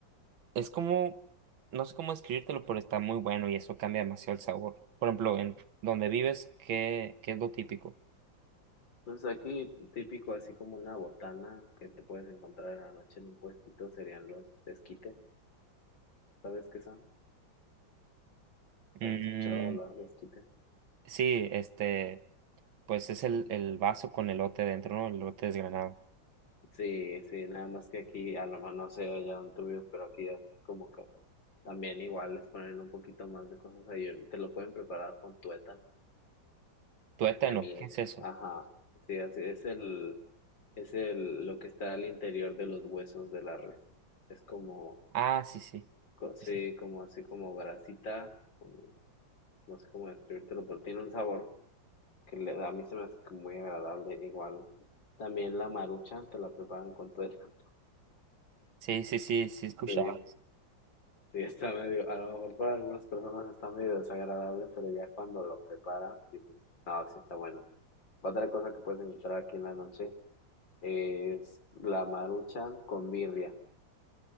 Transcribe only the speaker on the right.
Es como, no sé cómo escribírtelo, pero está muy bueno y eso cambia demasiado el sabor. Por ejemplo, en donde vives, ¿qué, qué es lo típico?
Mm,
sí, este, pues es el, el vaso con elote dentro, ¿no? El elote desgranado.
Tuétano,
¿qué
es eso?
Ah, sí, sí.
Sí,
sí, sí, sí, sí, sí he escuchado.